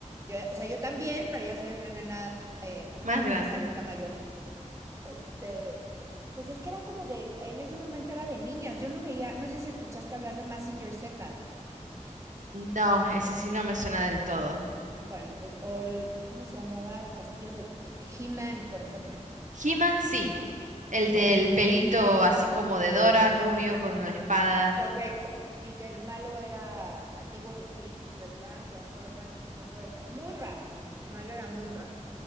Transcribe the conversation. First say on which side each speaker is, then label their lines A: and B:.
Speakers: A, on the right; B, on the right.
A: yo, o sea, yo también, pero ya soy una nena eh, un
B: más
A: poco
B: grande.
A: más adulta mayor. Este, pues es que era como de, en ese momento era de niñas. Yo no veía, no sé si escuchaste hablar de Mazinger Z.
B: No, ese sí no me suena del todo.
A: Bueno, pues, o, el- ¿cómo se llamaba el castillo de He-Man, por ejemplo?
B: He-Man sí, el
A: Bueno,
B: del pelito así como de Dora, rubio con la espada.
A: correcto. Y que el malo era antiguos espíritus del mal, transforman este cuerpo de... ca- Munra. El malo era Munra.